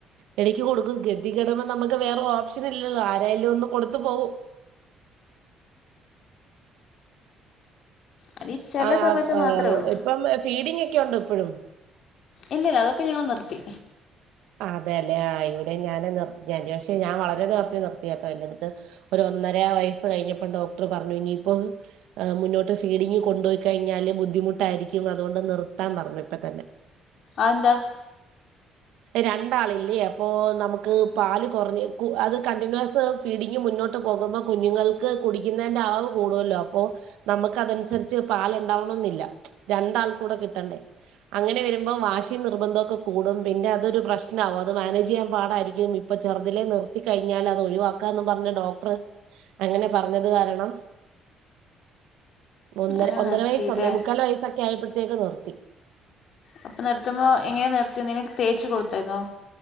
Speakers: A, on the right; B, on the left.
A: ഇടയ്ക്ക് കൊടുക്കും ഗതി കിടുമ്പോ നമുക്ക് വേറെ ഓപ്ഷൻ ഇല്ലല്ലോ ആരായാലും ഒന്ന് കൊടുത്തു പോകും
B: അത് ഈ ചെല
A: ആ
B: സമയത്ത് മാത്രേ ഉള്ളൂ
A: ഇപ്പം ഫീഡിംഗ ഒക്കെ ഉണ്ട് ഇപ്പഴും
B: ഇല്ലല്ല അതൊക്കെ ഞങ്ങൾ നിർത്തി
A: അതെ അല്ലേ ഇവിടെ ഞാനൻ നിർത്തി പക്ഷെ ഞാൻ വളരെ നേർത്തി നിർത്തിയ കേട്ടോ എൻന്റെറ അടുത്ത് ഒ ഒന്നര വയസ്സ് കഴിഞ്ഞപ്പോ ഡോക്ടർ പറഞ്ഞു ഇനിയിപ്പോൊ മുന്നോട്ട് ഫീഡിങ്് കൊണ്ട പോയി കഴിഞ്ഞാല് ബുദ്ധിമുട്ടായിരിക്കും അതുകൊണ്ട് നിർത്താൻ പറഞ്ഞു ഇപ്പ തന്നെ
B: ആഎന്താ
A: രണ്ടാളില്ലേ അപ്പോൾ നമുക്ക് പാല് കുറഞ്ഞ് അത് കണ്ടിന്യൂസ് ഫീഡിംഗ്മുന്നോട്ട് പോകുമ്പോ കുഞ്ഞുങ്ങൾക്ക് കുടിക്കുന്നതിന്റെ അളവ് കൂടല്ലോ അപ്പൊ നമുക്ക് അതനുസരിച്ച് പാലുണ്ടാവണെന്നില്ല രണ്ടാൾ കൂടെ കിട്ടണ്ടേ അങ്ങനെ വരുമ്പോം വാശി നിർബന്ധം ഒക്കെ കൂടും പിന്നെ രു പ്രശ്നമാവും അത് മാനേജ് ചെയ്യാൻ പാടായിരിക്കും ഇപ്പൊ ചെറുതിലെ നിർത്തി കഴിഞ്ഞാൽ അത് ഒഴിവാക്കാന്ന് പറഞ്ഞ ഡോക്ടർ അങ്ങനെ പറഞ്ഞത് കാരണം ഒന്ന്
B: അങ്ങനെ
A: ഒന്നര
B: നിർത്തില്ലേ
A: വയസ്സ് ഒന്നേ മുക്കാാലല് വയസ്സൊക്കെ ആയപ്പോഴത്തേക്ക് നിർത്തി
B: അപ്പൊ നിർത്തുമ്പോൾ എങ്ങനെയെ നിർത്തിയ എന്തെങ്കും തേച്ച് കൊടുത്തായിരുന്നോ